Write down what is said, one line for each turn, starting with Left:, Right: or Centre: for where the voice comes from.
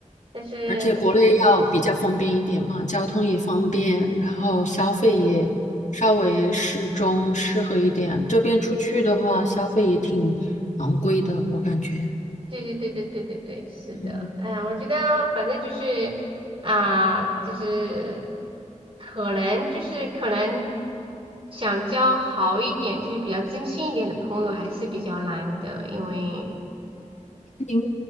Right: 但是很
Left: 而且国内要比较方便一点嘛，交通也方便，然后消费也稍微适中，
Right: 对，
Left: 适合一点。这边出去的话，消费也挺昂贵的，
Right: 嗯。
Left: 我感觉。
Right: 对对对对对对对，是的，
Left: 嗯，
Right: 嗯，我觉得反正就是啊、就是可能就是可能想交好一点，就是比较真心一点的朋友还是比较难的，因为
Left: 您